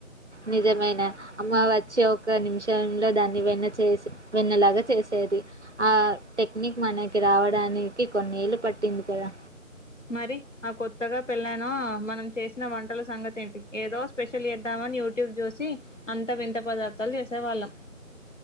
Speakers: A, on the right (about 55°); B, on the left (about 60°).
A: నిజమైన అమ్మ వచ్చి ఒక నిమిషంలో దాన్ని వెన్న చేసి వెన్నలాగా చేసే ఆ టెక్నిక్ మనకి రావడానికి కొన్నేళ్ళు పట్టింది కదా
B: మరి ఆ కొత్తగా పెళ్ళైనా మనం చేసిన వంటల సంగతి ఏంటి ఏదో స్పెషల్ చేద్దాం మని యూట్యూబ్ చూసి అంత వింత పదార్థాలు చేసే వాళ్ళం